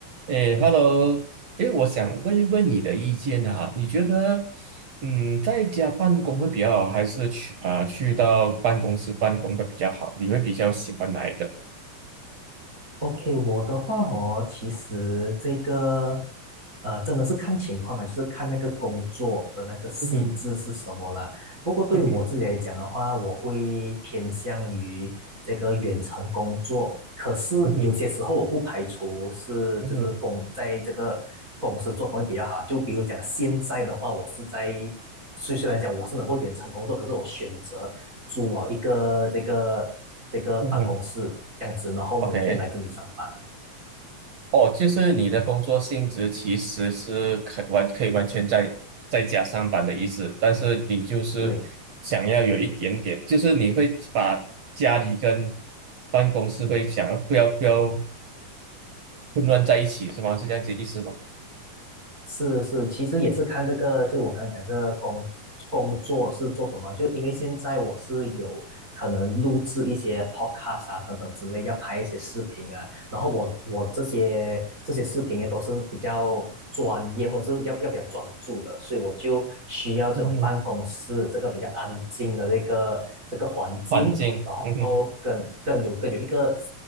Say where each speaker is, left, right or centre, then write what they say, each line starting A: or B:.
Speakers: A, on the right; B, on the right.
A: 哎 h e l l o 诶，我想问一问你的意见啊，你觉得，嗯，在家办公会比较好，还是去啊、去到办公室办公会比较好？你会比较喜欢哪一个？
B: OK，我的话哦，其实这个呃，真的是看情况啊，就是看那个工作的那个性质是什么啦。
A: 嗯哼，
B: 不过对我自己来讲的话，
A: 嗯哼，
B: 我会偏向于这个远程工作。可是有些时候我不排除是就是公在这个公司做工会比较好啊。
A: 嗯哼，嗯哼，
B: 就比如讲现在的话，我是在虽虽然讲我是能够远程工作，可是我选择。租啊一个这个这个办公室这样子，
A: 嗯哼
B: 然后每天来这里上班。
A: ，OK，哦，就是你的工作性质其实是可完可以完全在在家上班的意思，但是你就是想要有一点点，
B: 对。
A: 就是你会把家里跟办公室会想要不要不要混乱在一起是吗？是这样子意思吗？
B: 是是，其实也是看这个，就我刚刚讲这个工工作是做什么，就因为现在我是有可能录制一些 podcast 啊等等之类，要拍一些视频啊，然后我我这些这些视频也都是比较专业或者是要要比较专注的，所以我就需要这种办公室这个比较安静的这个这个环境，
A: 嗯哼，环境，
B: 然后更更有更有一个
A: 嗯哼，